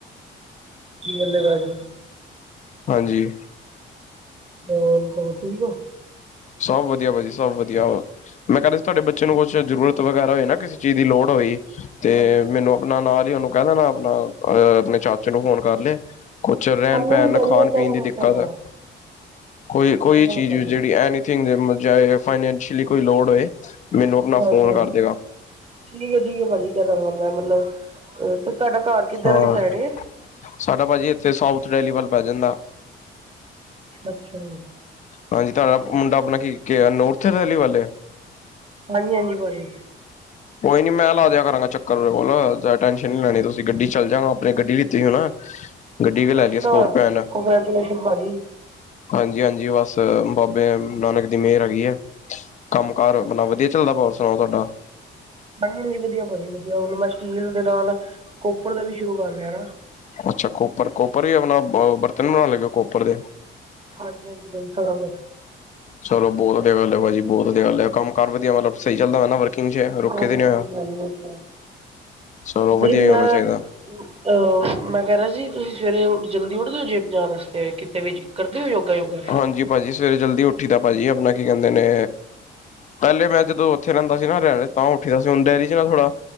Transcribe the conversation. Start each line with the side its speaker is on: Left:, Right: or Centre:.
Right: ਸਹੀ ਗੱਲ ਹੈ, ਬਾਾਜੀੀ।
Left: ਹਾਂਜੀ।
Right: ਹੋਰ ਤ ਠੀਕ ਆ?
Left: ਸਭ ਵਧੀਆ ਭਾਜੀੀ, ਸਭ ਵਧੀਆ ਵਾ। ਮੈਂ ਕਦੀ ਸੀ ਤੁਹਾਡੇ ਬੱਚੇ ਨੂੰ ਕੁਛ ਜ਼ਰੂਰਤ ਵਗੈਰਾ ਹੋਈ ਨਾ, ਕਿਸੇ ਚੀਜ਼ ਦੀ ਲੋੜ ਹੋਈ ਤੇ
Right: ਹਾਂਜੀ ਹਾਂਜੀ
Left: ਮੈਨੂੰ ਆਪਣਾ ਨਾਲ ਹੀ ਉਹਨੂੰ ਕਹਿ ਦੇਣਾ, ਆਪਣਾ ਅਹ ਆਪਣੇ ਚਾਚੇ ਨੂੰ ਫੋਨ ਕਰ ਲਏ ਕੁਛ ਰਹਿਣ
Right: ਹਾਂਜੀ ਹਾਂਜੀ
Left: ਪਹਿਣ,
Right: ਭਾਜੀ
Left: ਖਾਣ
Right: ਮੈਂ ਕਹਿ
Left: ਪੀਣ
Right: ਦੇਣਾ
Left: ਦੀ ਦਿੱਕਤ
Right: ਕਹਿ ਦੇਣਾ
Left: ਹੈ, ਕੋਈ-
Right: ਟੈਨਸ਼ਨ
Left: ਕੋਈ
Right: ਨਾ
Left: ਚੀਜ਼,
Right: ਲਓ ਭਾਜੀ
Left: ਜਿਹੜੀ ਇਹ ਨੀ ਫਾਈਨੈਂਸ਼ੀਅਲੀ ਕੋਈ ਲੋੜ ਹੋਏ, ਮੈਨੂੰ ਆਪਣਾ
Right: ਹਾਂਜੀ
Left: ਫੋਨ
Right: ਹਾਂਜੀ।
Left: ਕਰ ਦੇਗਾ।
Right: ਠੀਕ ਹੈ, ਠੀਕ ਹੈ ਭਾਜੀ, ਕਹਿ ਦਵਗਾ ਮੈਂ ਮਤਲਬ, ਤੁਹਾਡਾ ਘਰ ਕਿੱਧਰ
Left: ਹਾਂ
Right: ਵਾਲੀ ਸਾਈਡ ਏ?
Left: ਸਾਡਾ ਭਾਅਜੀ ਇੱਥੇ, ਸਾਊਥ ਡੈਲੀ ਵੱਲ ਪੈ ਜਾਂਦਾ।
Right: ਅੱਛਾ।
Left: ਹਾਂਜੀ, ਤੁਹਾਡਾ ਮੁੰਡਾ ਆਪਣਾ ਕੀ ਆ ਨੋਰਥ ਰੈਲੀ ਵਾਲੇ ਵਲ ਵੇ?
Right: ਹਾਂਜੀ ਹਾਂਜੀ, ਭਾ ਜਜੀ।
Left: ਕੋਈ ਨੀ ਮੈਂ ਲਾ ਦਯਾ ਕਰਾਂਗਾ ਚੱਕਰ ਓਹਦੇ ਕੋਲ ਜਾਦਾ ਟੈਨਸ਼ਨ ਨੀ ਲੈਣੀ ਤੁਸੀਂ ਗੱਡੀ ਚ ਚੱਲ ਜਾਂਗਾ ਆਪਣੀ ਗੱਡੀ ਲਿੱਤੀ ਸੀ ਨਾ। ਗੱਡੀ ਵੀ ਲੈ
Right: ਅਛਾ,
Left: ਲਈ ਸਕੋਰਪੀਓ
Right: ਕੰਗ੍ਰੈਚੂਲੇਸ਼ਨ ਪਾ ਜੀ।
Left: ਹਾਂਜੀ-ਹਾਂਜੀ ਬਸ ਬਾਬੇ ਨਾਨਕ ਦੀ ਮੇਹਰ ਹੈਗੀ ਹੈ। ਕੰਮ ਕਾਰ ਆਪਣਾ ਵਧੀਆ ਚੱਲਦਾ ਪਿਆ ਹੋਰ ਸੁਣਾਓ ਤੁਵਾਡਾ?
Right: ਹਾਂਜੀ-ਹਾਂਜੀ ਵਧੀਆ ਪਾ ਜੀ ਵਧੀਆ ਹੁਣ ਮੈਂ ਸਟੀਲ ਦੇ ਨਾਲ ਕੋਪਰ ਦਾ ਵੀ ਸ਼ੁਰੂ ਕਰ ਲਿਆ ਨਾ।
Left: ਅੱਛਾ ਕੋਪਰ, ਕੋਪਰ ਵੀ ਆਪਣਾ ਬਰਤਨ ਬਣਾਣ ਲੱਗੇ ਔ ਕੋਪਰ ਦੇ।
Right: ਹਾਂਜੀ-ਹਾਂਜੀ ਬਾਈ ਸਾਰਾ ਕੁਛ।
Left: ਚਲੋ ਬਹੁਤ ਵਧੀਆ ਗੱਲ ਹੈ ਭਾਜੀ ਬਹੁਤ ਗੱਲ ਹੈ ਕੰਮ ਕਰ ਵਧੀਆ ਮਤਲਬ ਸਹੀ ਚਲਦਾ ਪਿਆ ਨਾ ਕਿੰਝ ਹੈ ਰੁਕਿਆ
Right: ਹਾਂਜੀ
Left: ਤੇ ਨੀ
Right: ਹਾਂਜੀ
Left: ਹੋਯਾ
Right: ਭਾਜੀ ਵਧੀਆ।
Left: ਚਲੋ ਵਧੀਆ
Right: ਨਹੀਂ
Left: ਈ
Right: ਮੈਂ
Left: ਹੋਣਾ ਚਾਹੀਦਾ।
Right: ਅਹ ਮੈਂ ਕਹਿ ਰਿਹਾ ਸੀ ਤੁਸੀਂ ਸਵੇਰੇ ਜਲਦੀ ਉੱਠਦੇ ਔ ਜਿਮ ਜਾਣ ਆਸਤੇ ਕਿਤੇ ਵੀ ਕਰਦੇ ਔ ਯੋਗਾ ਯੁੱਗਾ?
Left: ਹਾਂਜੀ ਭਾਜੀ ਸਵੇਰੇ ਜਲਦੀ ਉੱਠੀ ਦਾ ਭਾਜੀ ਆਪਣਾ ਕੀ ਕਹਿੰਦੇ ਨੇ ਪਹਿਲੇ ਮੈਂ ਜਦੋਂ ਉੱਥੇ ਰਹਿੰਦਾ ਸੀ ਨਾ ਹਰੁਯਾਨੇ ਤਾਂ ਉੱਠੀ ਦਾ ਸੀ ਹੁਣ ਡੇਰੀ ਚ ਨਾ ਥੋੜਾ